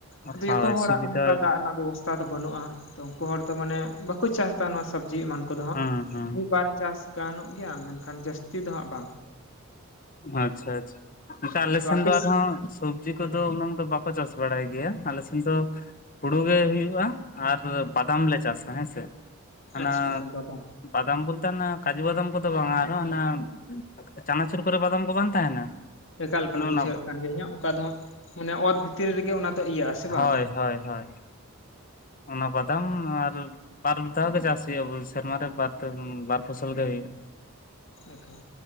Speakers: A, on the left; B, on the left.
A: ᱟᱫᱚ
B: ᱦᱳᱭ
A: ᱡᱚᱛᱚ ᱦᱚᱲᱟᱜ
B: ᱥᱩᱵᱤᱫᱷᱟ
A: ᱱᱚᱝᱠᱟ ᱫᱟᱜ ᱨᱮᱱᱟᱜ ᱵᱮᱵᱚᱥ ᱛᱷᱟ ᱫᱚ ᱵᱟᱹᱱᱩᱜ-ᱟ ᱛᱚ ᱩᱱᱠᱩ ᱦᱚᱲ ᱫᱚ ᱢᱟᱱᱮ ᱵᱟᱠᱚ ᱪᱟᱥ ᱫᱟ ᱱᱚᱣᱟ ᱥᱚᱵᱽᱡᱤ ᱮᱢᱟᱱ ᱠᱚᱫᱚ ᱦᱟᱸᱜ
B: ᱦᱩᱸ ᱦᱩᱸ
A: ᱢᱤᱫ ᱵᱟᱨ ᱪᱟᱥ ᱜᱟᱱᱚᱜ ᱜᱮᱭᱟ ᱢᱮᱱᱠᱷᱟᱱ ᱡᱟᱹᱥᱛᱤ ᱫᱚ ᱦᱟᱸᱜ ᱵᱟᱝ᱾
B: ᱟᱪᱪᱷᱟ ᱟᱪᱪᱷᱟ ᱚᱱᱠᱟ ᱟᱞᱮᱥᱮᱱ
A: ᱟᱫᱚ ᱟᱯᱮ
B: ᱫᱚ ᱟᱨᱦᱚᱸ ᱥᱚᱵᱽᱡᱤ
A: ᱦᱩᱸ
B: ᱠᱚᱫᱚ ᱩᱱᱟᱹᱝ ᱫᱚ ᱵᱟᱠᱚ ᱠᱚ ᱪᱟᱥ ᱵᱟᱲᱟᱭ ᱜᱮᱭᱟ ᱟᱞᱮ ᱥᱮᱫ ᱟᱫᱚ ᱦᱩᱲᱩ ᱜᱮ ᱦᱩᱭᱩᱜ-ᱟ ᱟᱨ ᱵᱟᱫᱟᱢ ᱞᱮ ᱪᱟᱥᱟ ᱦᱮᱸᱥᱮ᱾ ᱦᱟᱱᱟ
A: ᱟᱪᱪᱷᱟ ᱟᱪᱪᱷᱟ ᱵᱟᱫᱟᱢ
B: ᱵᱟᱫᱟᱢ ᱵᱚᱞᱛᱮ ᱚᱱᱟ ᱠᱟᱡᱩ ᱵᱟᱫᱟᱢ ᱠᱚᱫᱚ ᱵᱟᱝ-ᱟ ᱟᱨ ᱦᱚᱸ ᱦᱟᱱᱟ ᱪᱟᱱᱟᱪᱩᱨ ᱠᱚᱨᱮ ᱵᱟᱫᱟᱢ ᱠᱚ ᱵᱟᱝ ᱛᱟᱦᱮᱱᱟ?
A: ᱮᱠᱟᱞ ᱮᱠᱟᱞᱮ
B: ᱚᱱᱮ
A: ᱵᱩᱡᱷᱟᱹᱣᱮᱫ
B: ᱚᱱᱟ ᱠᱚ,
A: ᱠᱟᱱ ᱜᱤᱭᱟᱹᱧ ᱦᱟᱸᱜ ᱚᱱᱠᱟ ᱫᱚ ᱦᱟᱸᱜ ᱢᱟᱱᱮ ᱚᱛ ᱵᱷᱤᱛᱤᱨ ᱨᱮᱜᱮ ᱚᱱᱟ ᱛᱚ ᱤᱭᱟᱹᱜ-ᱟ ᱥᱮ ᱵᱟᱝ?
B: ᱦᱳᱭ ᱦᱳᱭ ᱦᱳᱭ ᱚᱱᱟ ᱵᱟᱫᱟᱢ ᱟᱨ, ᱵᱟᱨ ᱪᱟᱥ ᱦᱩᱭᱩᱜᱼᱟ ᱥᱮᱨᱢᱟᱨ ᱵᱟᱨ ᱵᱟᱨ ᱯᱷᱚᱥᱚᱞ ᱜᱮ ᱦᱩᱭᱼᱟ᱾
A: ᱮᱠᱟᱞ